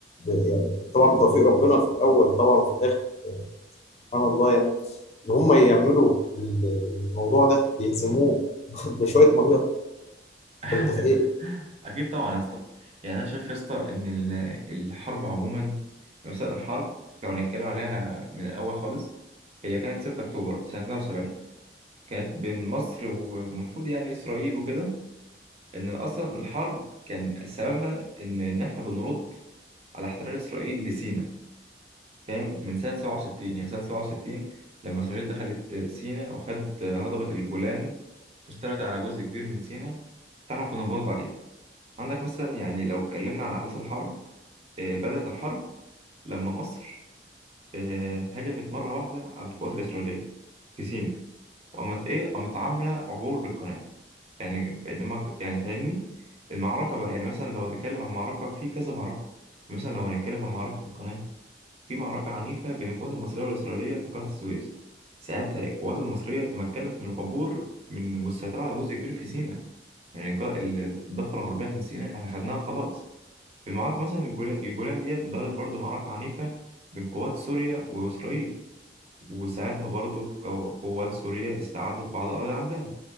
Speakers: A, on the left; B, on the right.
A: ب... يعني طبعا بتوفيق ربنا في الاول طبعا وفي الاخر يعني سبحان الله يعني ان هم يعملوا ال- الموضوع ده يهزموه <laughs> بشويه ميه
B: <laughs>
A: انت متخيل؟
B: اكيد طبعا يا اسطى يعني انا شايف يا اسطى ان ال- الحرب عموما مثلا الحرب لو هنتكلم عليها من الاول خالص هي كانت 6 اكتوبر سنه 73 كانت بين مصر والمفروض يعني اسرائيل وكده ان اصلا الحرب كان سببها ان ان احنا بنرد على احتلال اسرائيل لسيناء فاهم من سنه 67 يعني سنه 67 لما اسرائيل دخلت سيناء وخدت هضبه الجولان واستولت على جزء كبير من سيناء فاحنا كنا بنرد عليها عندك مثلا يعني لو اتكلمنا عن أحداث الحرب آه، بدأت الحرب لما مصر آه، هجمت مرة واحدة على القوات الإسرائيلية في سيناء وقامت إيه قامت عاملة عبور للقناة يعني بينما ك- يعني فاهمني المعركة بقى يعني مثلا لو هتتكلم عن معركة في كذا معركة مثلا لو هنتكلم عن معركة القناة في معركة عنيفة بين القوات المصرية والإسرائيلية في قناة السويس ساعتها القوات المصرية تمكنت من العبور من والسيطرة على جزء كبير في سيناء يعني الج- الضفة الغربية من سيناء احنا خدناها خلاص في المعركة مثلا الجولا- الجولان ديت دارت برضو معركة عنيفة بين قوات سوريا وإسرائيل وساعتها برضو قو- قوات سوريا استعادت بعض الأراضي عندها